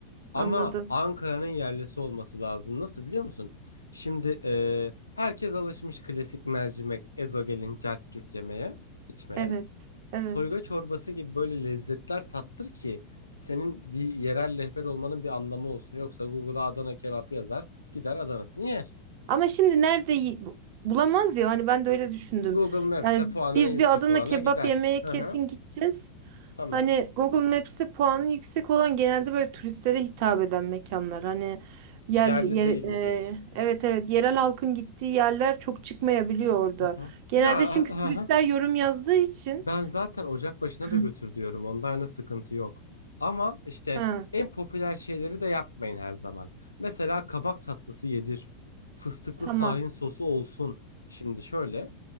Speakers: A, on the left; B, on the right.
A: Ama
B: anladım.
A: Ankara'nın yerlisi olması lazım. Nasıl biliyor musun? Şimdi e, herkes alışmış klasik mercimek, ezogelin, cart yemeye, içmeye.
B: Evet, evet.
A: Toyga çorbası gibi böyle lezzetler tattır ki senin bir yerel rehber olmanın bir anlamı olsun. Yoksa Google'a Adana kebap yazar, gider Adana'sını yer.
B: Ama şimdi nerede yi- bulamaz ya hani ben de öyle düşündüm.
A: Google Maps'te
B: Yani
A: puanı
B: biz
A: en yüksek
B: bir Adana
A: olana
B: kebap
A: gider.
B: yemeye
A: Hı
B: kesin
A: hı,
B: gideceğiz.
A: tamam.
B: Hani Google Maps'te puanı yüksek olan genelde böyle turistlere hitap eden mekanlar. Hani yer,
A: Yerli
B: yer
A: değil mi diyorsun?
B: e, evet evet yerel halkın gittiği yerler çok çıkmayabiliyor orada.
A: Hı hı.
B: Genelde
A: Ya
B: çünkü
A: hı
B: turistler
A: hı.
B: yorum yazdığı için.
A: Ben zaten Ocak başına
B: Hı.
A: da götür diyorum. Onda hani sıkıntı yok. Ama işte
B: Ha,
A: en popüler şeyleri de yapmayın her zaman. Mesela kabak tatlısı yedir. Fıstıklı
B: tamam.
A: tahin sosu olsun. Şimdi şöyle.